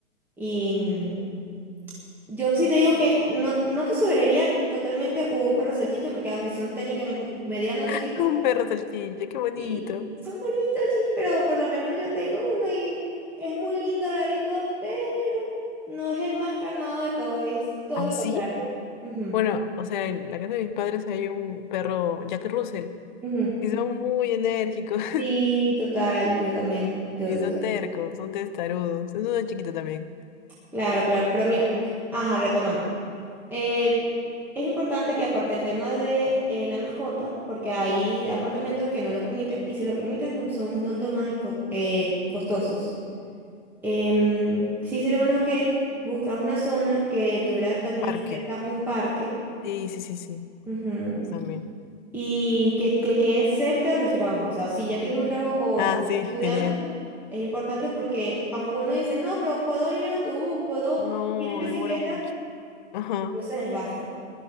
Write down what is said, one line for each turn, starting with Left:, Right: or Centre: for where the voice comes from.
Centre: Y. mm, Yo sí te digo que no, no te sugeriría totalmente un perro salchicha porque aunque son técnicamente como medianos chiquitos
Left: <laughs> Un perro salchicha, qué bonito.
Centre: y son bonitos, sí, pero por lo menos yo tengo uno y es muy lindo, Lalito, pero no es el más calmado de todo, es todo
Left: ah
Centre: lo
Left: sí
Centre: contrario. Ujú,
Left: Bueno, o sea, en la casa de mis padres hay un perro Jack Russell
Centre: ujú.
Left: y son muy enérgicos <laughs>
Centre: Sí, total, yo también, yo
Left: y
Centre: lo
Left: son
Centre: sé.
Left: tercos, son testarudos. Es uno chiquito también.
Centre: Claro, claro, pero mira, ajá, retomando. Eh, es importante que aparte el tema de eh, la mascota, porque hay apartamentos que no lo permiten y si lo permiten son, son un tanto más esco- eh, costosos. Em, sí sería bueno que buscar una zona que tuviera también
Left: Parque.
Centre: cerca un parque
Left: Sí, sí, sí, sí.
Centre: ujú,
Left: eso también.
Centre: y que, que quede cerca del trabajo. O sea, si ya tienes un trabajo o
Left: Ah,
Centre: estás
Left: sí,
Centre: estudiando,
Left: <laughs> genial.
Centre: es importante porque aunque uno dice, no, pero puedo ir en autobús, puedo
Left: No,
Centre: ir en bicicleta.
Left: demora mucho. Ajá,
Centre: No se desgasta.